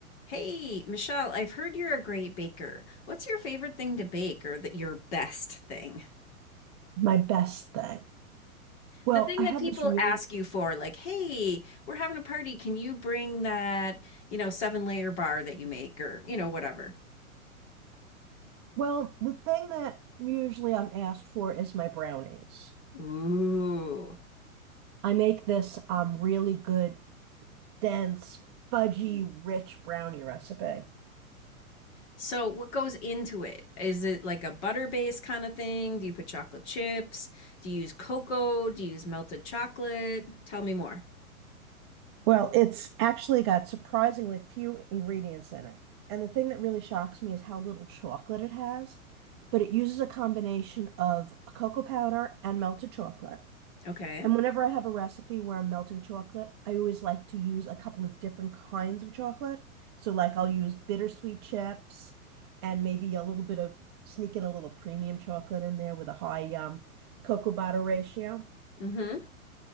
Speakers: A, on the left; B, on the right.
A: Hey, Michelle, I've heard you're a great baker. What's your favorite thing to bake or that your best thing?
B: My best thing. Well,
A: The thing
B: I
A: that
B: have
A: people
B: this really,
A: ask you for, like, hey, we're having a party. Can you bring that, you know, seven layer bar that you make or, you know, whatever?
B: well, the thing that usually I'm asked for is my brownies.
A: Ooh.
B: I make this um really good, dense, fudgy, rich brownie recipe.
A: So what goes into it? Is it like a butter-based kind of thing? Do you put chocolate chips? Do you use cocoa? Do you use melted chocolate? Tell me more.
B: Well, it's actually got surprisingly few ingredients in it. And the thing that really shocks me is how little chocolate it has, but it uses a combination of cocoa powder and melted chocolate.
A: Okay.
B: And whenever I have a recipe where I'm melting chocolate, I always like to use a couple of different kinds of chocolate. So, like, I'll use bittersweet chips and maybe a little bit of sneak in a little premium chocolate in there with a high um, cocoa butter ratio.
A: Mm-hmm.